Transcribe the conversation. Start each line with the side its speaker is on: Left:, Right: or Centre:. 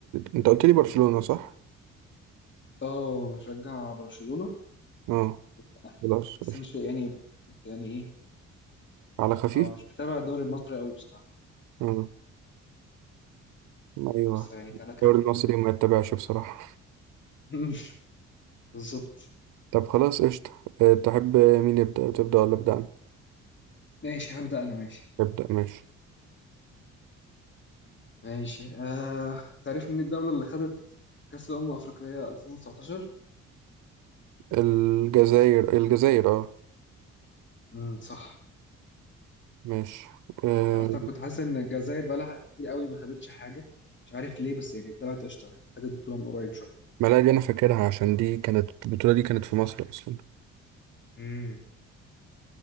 Right: انت قلت لي برشلونة صح؟
Left: اه بشجع برشلونه
Right: اه
Left: والأهلي
Right: خلاص
Left: بس
Right: قشطة
Left: مش يعني يعني ايه
Right: على خفيف؟
Left: ما هو مش متابع الدوري المصري قوي بصراحه
Right: اه ايوه
Left: بس يعني تلاقيها
Right: الدوري
Left: في
Right: المصري
Left: الدنيا
Right: ما يتبعش بصراحة
Left: <laughs> بالظبط
Right: طب خلاص قشطة آه، تحب مين يبدأ تبدأ ولا أبدأ أنا؟
Left: ماشي هبدأ أنا ماشي
Right: ابدأ ماشي
Left: ماشي آه تعرف مين الدولة اللي خدت كأس الأمم الأفريقية 2019؟
Right: الجزائر الجزائر اه
Left: امم صح
Right: ماشي آه،
Left: أنا أصلا كنت حاسس إن الجزائر بقالها كتير قوي ما خدتش حاجة مش عارف ليه بس يعني طلعت قشطة يعني خدت بطولة من قريب شوية
Right: ما لا دي أنا فاكرها عشان دي كانت البطولة دي كانت في مصر أصلا
Left: امم